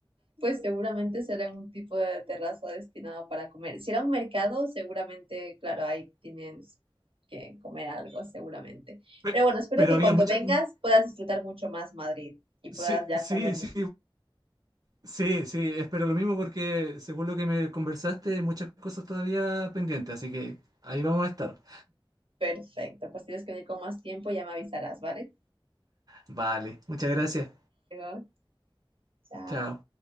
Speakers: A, on the right; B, on the right.
A: Pues seguramente será un tipo de terraza destinado para comer. Si era un mercado, seguramente, claro, ahí tienes que comer algo, seguramente.
B: Pe-
A: Pero bueno, espero
B: Pero
A: que
B: había
A: cuando
B: mucha...
A: vengas
B: mm,
A: puedas disfrutar mucho más Madrid y puedas
B: Sí,
A: ya
B: sí,
A: comer
B: sí. Sí, sí, espero lo mismo porque según lo que me conversaste, hay muchas cosas todavía pendientes, así que ahí vamos a estar.
A: Perfecto, pues tienes que venir con más tiempo, ya me avisarás, ¿vale?
B: Vale, muchas gracias.
A: Luego, chao.
B: Chao.